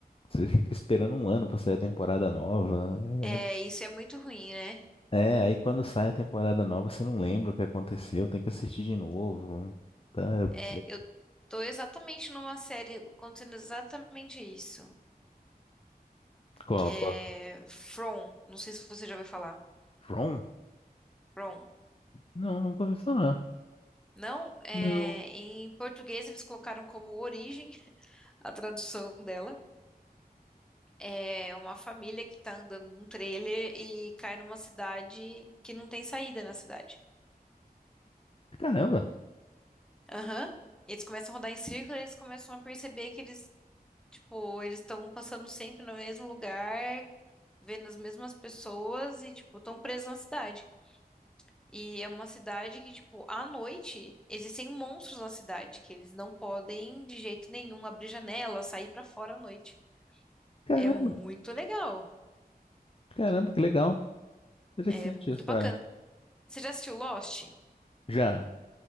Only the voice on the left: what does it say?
Você fica esperando um ano pra sair a temporada nova.
É, é
É, aí quando sai a temporada nova, você não lembra o que aconteceu, tem que assistir de novo. Tá? Eu-
eu-
Co-
co-
From?
Não, nunca ouvi falar.
Não.
Caramba,
caramba,
caramba, que legal. Interessante
a história.
Já,